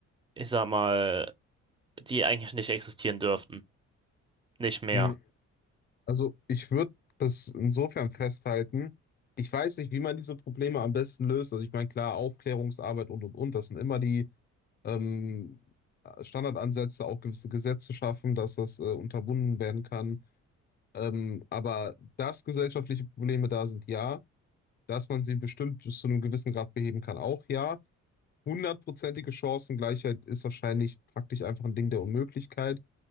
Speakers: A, on the right; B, on the left.
A: ich sag mal, die eigentlich nicht existieren dürften. Nicht mehr.
B: Mhm. Also ich würde das insofern festhalten. Ich weiß nicht, wie man diese Probleme am besten löst. Also ich meine, klar, Aufklärungsarbeit und und und, das sind immer die ähm, Standardansätze, auch gewisse Gesetze schaffen, dass das äh, unterbunden werden kann. Ähm, aber dass gesellschaftliche Probleme da sind, ja. Dass man sie bestimmt bis zu einem gewissen Grad beheben kann, auch ja. Hundertprozentige Chancengleichheit ist wahrscheinlich praktisch einfach ein Ding der Unmöglichkeit.